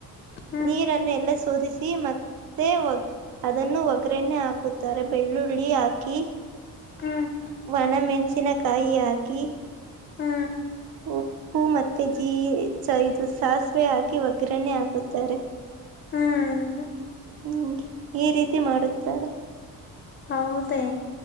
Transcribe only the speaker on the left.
ಹ್ಮ್
ಹ್ಮ್
ಹ್ಮ
ಹ್ಮ್
ಹೌದೇ